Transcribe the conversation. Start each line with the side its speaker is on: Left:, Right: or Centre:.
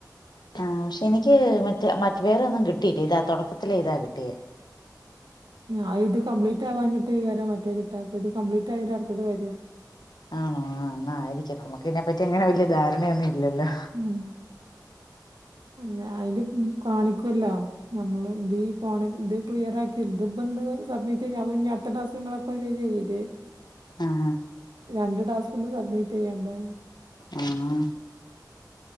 Left: ഹാ ആ പക്ഷെനി ക്ക് മറ്റേ മറ്റെ വേറൊന്നും കിട്ടിയിട്ടി ഇതാ തുടക്കത്തിലിതാ കിട്ടിയേ
Right: ആഹ് ഇത് കംപ്ലീറ്റാവാഞ്ഞിട്ട് കാരം മറ്റേ കിട്ടാത്തത് ഇത് കാപ്ലീറ്റായിട്ട് അട്ത്തത് വരൊള്ളൂ
Left: ആണോ ആഹ് എന്നായിരിക്കണം നമുക്കീനെപ്പറ്റി അങ്ങനെ വല്ല്യ ധാരണയൊന്നുല്ലല്ലോ
Right: ആഹ് പിന്നെ അയ്ല് കാണിക്കുല്ലോ ഞമ്മള് ഇത് ഫോണ് ഇത് ക്ലിയറാക്കി ഇത്പ്പന്ന് സബ്മിറ്റ് ചെയ്യും അപ്പൊ പിന്നെ അട്ത്ത ടാസ്ക് ഇങ്ങളെപ്പളെയ്ക ചെയ്ത്
Left: ആഹ്
Right: രണ്ട് ടാസ്ക്ന്ന് സബ്മിറ്റെയ്യണ്ടേ
Left: ആഹ്